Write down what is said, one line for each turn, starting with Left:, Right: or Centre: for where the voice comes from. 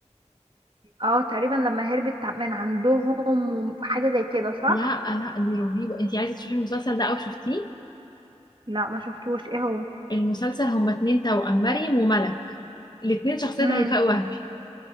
Right: اه تقريبا لما هربت من عندهم وحاجه زي كده صح
Left: لا لا دي رهيبه انتي عايزه تشوفي المسلسل ده او شفتيه
Right: لا ما شفتوش ايه هو
Left: المسلسل هما اتنين توأم مريم وملك الاتنين شخصيه
Right: امم
Left: هيفاء وهبي